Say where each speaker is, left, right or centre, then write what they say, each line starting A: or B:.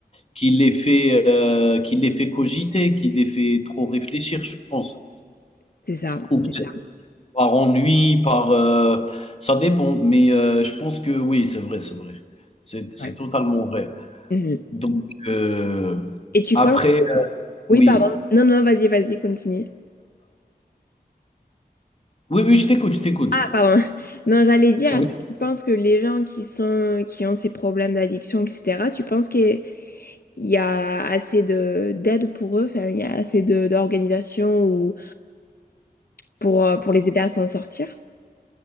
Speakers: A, on the left; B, on the left.
A: qui les fait euh, qui les fait cogiter, qui les fait trop réfléchir, je pense.
B: C'est ça,
A: Ou
B: c'est
A: peut-être
B: ça.
A: par ennui, par euh, ça dépend. Mais euh, je pense que oui, c'est vrai, c'est vrai. C'est c'est
B: Ouais.
A: totalement vrai.
B: Mhm.
A: Donc euh,
B: Et tu
A: après,
B: penses... Oui,
A: oui.
B: pardon. Non, non, vas-y, vas-y, continue.
A: Oui, oui, je t'écoute, je t'écoute.
B: Ah, pardon. <laughs> Non, j'allais dire,
A: Tu
B: est-ce
A: veux
B: que tu penses que les gens qui sont, qui ont ces problèmes d'addiction, etc., tu penses qu'il y a assez de d'aide pour eux, enfin, il y a assez de d'organisations pour, euh, pour les aider à s'en sortir.